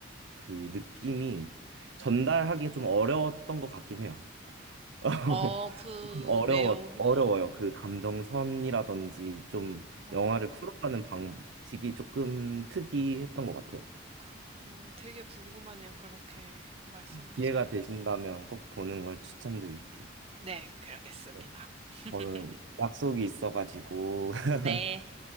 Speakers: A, on the right; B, on the right.
A: 그 느낌이 전달하기가 좀 어려웠던 것 같긴 해요. <laughs>
B: 어, 그
A: 조금 어려워,
B: 내용이,
A: 어려워요. 그 감정선이라든지 좀
B: 어,
A: 영화를 풀어가는 방식이 조금 특이했던 것 같아요.
B: 그렇구나. 되게 궁금하네요. 그렇게 말씀하신.
A: 기회가 되신다면 꼭 보는 걸 추천드릴게요.
B: 네, 그러겠습니다.
A: 네,
B: <laughs>
A: 오늘 약속이 있어가지고 <laughs>
B: 네,